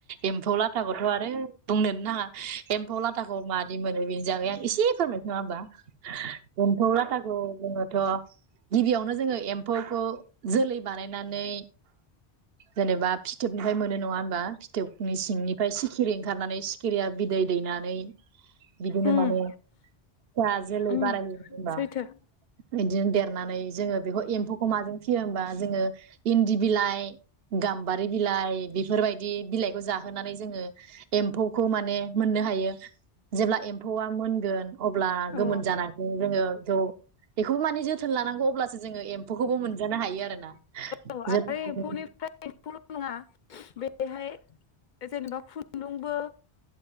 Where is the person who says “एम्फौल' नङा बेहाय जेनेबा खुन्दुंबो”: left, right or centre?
Left